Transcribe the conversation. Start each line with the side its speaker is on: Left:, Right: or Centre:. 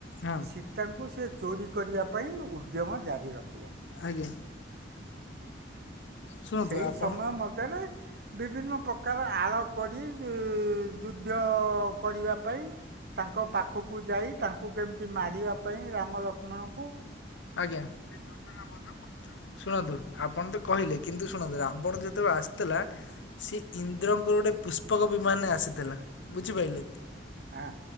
Left: ହଁ।
Right: ସୀତାଙ୍କୁ ସେ ଚୋରି କରିବା ପାଇଁ ଉଦ୍ୟମ ଜାରି ରଖିଲା।
Left: ଆଜ୍ଞା। ଶୁଣନ୍ତୁ
Right: ସେଇ
Left: ଆପଣ
Right: ସମୟ ମଧ୍ୟରେ ବିଭିନ୍ନ ପ୍ରକାର ଆଳ କରି ଯୁଦ୍ଧ କରିବା ପାଇଁ ତାଙ୍କ ପାଖକୁ ଯାଇ ତାଙ୍କୁ କେମିତି ମାରିବା ପାଇଁ ରାମ ଲକ୍ଷ୍ମଣଙ୍କୁ
Left: ଆଜ୍ଞା ଯୋଜନାବଦ୍ଧ କରିଥିଲା। ଶୁଣନ୍ତୁ ଆପଣ ତ କହିଲେ କିନ୍ତୁ ଶୁଣନ୍ତୁ ଆପଣ ଯେତେବେଳେ ଆସିଥିଲା ସିଏ ଇନ୍ଦ୍ରଙ୍କର ଗୋଟେ ପୁଷ୍ପକ ବିମାନରେ ଆସିଥିଲା ବୁଝିପାରିଲେ।
Right: ଆ।